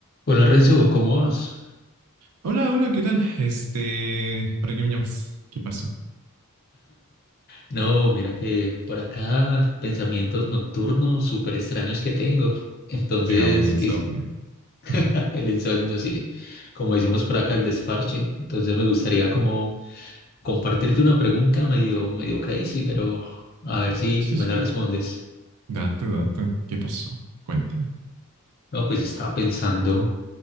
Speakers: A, on the left; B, on the right.
A: Hola Renzo, ¿cómo vas?
B: Hola, hola, ¿qué tal? Este, ¿para qué me llamas? ¿Qué pasó?
A: No, mira que por acá pensamientos nocturnos súper extraños que tengo. Entonces,
B: Pegaba el insomnio.
A: que
B: <laughs>
A: <laughs> el insomnio, sí, como decimos por acá, el desparche. Entonces me gustaría como compartirte una pregunta medio, medio crazy, pero a ver si,
B: Sí,
A: si me
B: sí,
A: la respondes.
B: date, date. ¿Qué pasó? Cuéntame.
A: No, pues estaba pensando